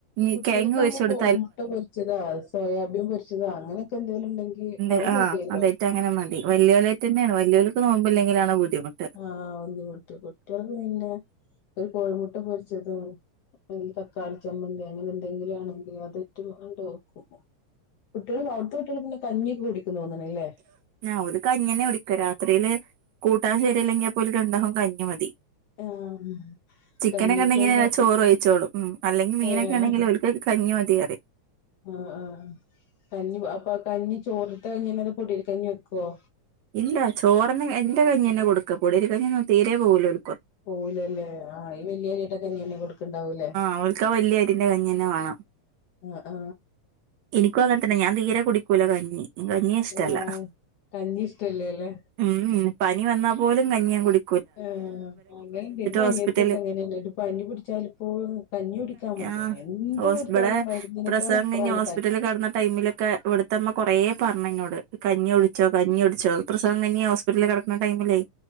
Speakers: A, on the right; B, on the left.
A: ഈ
B: കുട്ടികൾക്കാവുമ്പോ
A: കിഴങ്ങ് വേവിച്ചു കൊടു
B: കോഴിമുട്ട പൊരിച്ചതോ സോയാബീൻ പൊരിച്ചതോ അങ്ങനെയൊക്കെ എന്തേലും ഉണ്ടെങ്കി
A: എന്ത
B: അത്
A: ആഹ്
B: മതിയല്ലോ
A: അതേറ്റ അങ്ങനെ മതി വലിയോലായിട്ട് തന്നെയാണ് വലിയോലക്ക് നോമ്പില്ലെങ്കിലാണ് ബുദ്ധിമുട്ട്
B: ആഹ് ബുദ്ധിമുട്ടി കുട്ടികൾക്ക് പിന്നെ ഒരു കോഴിമുട്ട പൊരിച്ചതും അല്ലെങ്കി തക്കാളി ചമ്മന്തി അങ്ങനെ എന്തെങ്കിലും ആണെക്കി അതിട്ട് അങ്ങട്ട് വെക്കും കുട്ടികൾ അവിടുത്തെ കുട്ടികൾ പിന്നെ കഞ്ഞി കുടിക്കൂന്ന് തോന്നണില്ലേ
A: ഓര് കഞ്ഞി തന്നെയാ കുടിക്ക രാത്രിയില് കൂട്ടാൻ ശരിയല്ലെങ്കിൽ അപ്പോഴും രണ്ടാക്കും കഞ്ഞി മതി
B: ആഹ്
A: ചിക്കനൊക്കെ
B: കഞ്ഞിക്കല്ല
A: ഉണ്ടെങ്കിൽ ചോറ്
B: ഉപ്പും
A: വെച്ചോളും ഉം അല്ലെങ്കിൽ മീനൊക്കെ
B: ഏഹ്
A: ആണെങ്കിൽ ഓൽക്ക് കഞ്ഞിമതിറിം
B: ആഹ ആഹ ആഹ കഞ്ഞി അപ്പൊ കഞ്ഞി ചോറ്ത്തെ കഞ്ഞിന്നെ പൊടി അരി കഞ്ഞി വെക്കുവോ
A: ഇല്ല ചോറിന് എന്റെ കഞ്ഞി തന്നെ കൊടുക്ക പൊടി അരി കഞ്ഞി ഒന്നും തീരെ പോവൂലല്ലോർ
B: പോവൂലല്ലേ ആ ഈ വലിയരിയിട്ട കഞ്ഞി അല്ലെ കൊടുക്കണ്ടാവൂല്ലേ
A: അവൾക്കാ വലിയ ത്തിന്റെ കഞ്ഞി തന്നെ വേണം
B: ഇഹ് ആഹ
A: എനിക്കും അങ്ങനെ തന്നെ ഞാൻ തീരെ കുടിക്കൂല കഞ്ഞി കഞ്ഞിയെ ഇഷ്ടല്ല
B: ആ കഞ്ഞി ഇഷ്ടവല്ല അല്ലേ
A: ഉം പനി വന്നാ പോലും കഞ്ഞി ഞാൻ കുടി
B: ആഹ അങ്ങനൊണ്ട് എന്റെ
A: ഹോസ്പിറ്റല്
B: അനിയത്തിഒക്കെ അങ്ങനെ തന്നെ ഒരു പനി പിടിച്ചാൽ ഇപ്പോ കഞ്ഞി കുടിക്കാൻ മടിയില്ല
A: ആഹ്
B: എന്ത്
A: ഹോസ്
B: കൊടുത്താലും
A: ഇബടെ
B: മരുന്നിനേക്കാൾ
A: പ്രസവം
B: അപ്പറാണ്
A: കഴിഞ്ഞ് ഹോസ്പിറ്റലിൽ കിടന്ന ടൈമിലൊക്കെ ഇവിടുത്തമ്മ കുറേ പറഞ്ഞ് എന്നോട് കഞ്ഞി ഒഴിച്ചോ കഞ്ഞി കുടിച്ചോന്ന് പ്രസവം കഞ്ഞി ഹോസ്പിറ്റലി കിടക്കുന്ന ടൈമിലേ